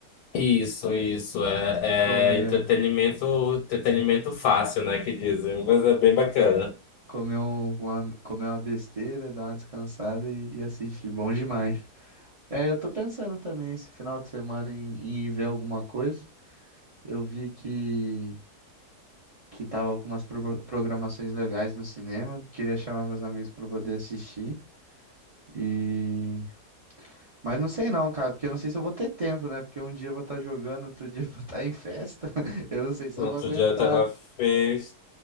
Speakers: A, on the left (about 85°); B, on the right (about 35°).
A: Isso, isso é,
B: Comer,
A: é entretenimento, entretenimento fácil, né, que dizem, mas é bem bacana.
B: comer, um- uma, comer uma besteira, dar uma descansada e, e assistir. Bom demais. É, eu tô pensando também esse final de semana em em ver alguma coisa. Eu vi que, que tava com umas pro- programações legais no cinema. Queria chamar meus amigos pra poder assistir. E. Mas não sei não, cara, porque eu não sei se eu vou ter tempo, né? Porque um dia eu vou estar jogando, outro dia eu vou estar em festa. <laughs> Eu não sei se
A: No
B: eu
A: Outro
B: vou aguentar.
A: dia tá na festa,